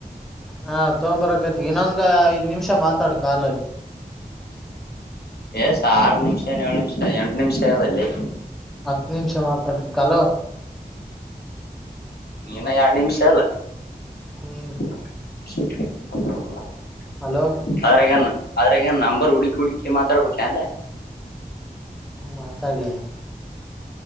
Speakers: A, in the centre; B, on the left.
A: ಹಾ ತೊಂಬರಕೈತಿ ಇನ್ನೊಂದ್ ಐದ್ ನಿಮಿಷ ಮಾತಾಡು ಕಾಲಲ್ಲಿ
B: ಏ ಆರು ನಿಮಿಷ ಏಳು ನಿಮಿಷ ಎಂಟು ನಿಮಿಷ ಆಗೆದಲ್ಲೇ
A: ಹತ್ತು ನಿಮಿಷ ಮಾತಾಡ್ತ ಹಲೋ
B: ಇನ್ನ ಎರಡ್ ನಿಮಿಷ ಅಲ್ಲ
A: ಹ್ಮ್
B: <inaudible>
A: ಹಲೋ
B: ಅದ್ರಾಗೆನ್ ಆದ್ರಾಗನ್ ನಂಬರ್ ಹುಡಕಿ ಹುಡಕಿ ಮಾತಾಡ್ಬೇಕ ಎನ್ಲೇ
A: ಮಾತಾಡ್ಲೆ